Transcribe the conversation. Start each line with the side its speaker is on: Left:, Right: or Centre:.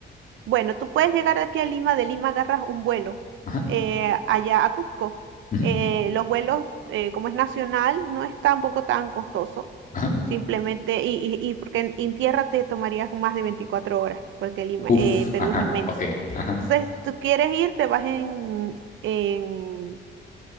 Right: Bueno, tú puedes llegar de aquí a Lima, de Lima agarras un vuelo
Left: Ajá.
Right: eh, allá a Cusco.
Left: ujú,
Right: Eh, los vuelos, eh, como es nacional, no es tampoco tan costoso.
Left: Ajá.
Right: Simplemente, y, y, y porque en, en tierra te tomarías más de 24 horas, porque Lima,
Left: Uf.
Right: eh, Perú
Left: Ajá.
Right: es inmenso.
Left: Ok. Ajá.
Right: Entonces, tú quieres ir, te vas en, en,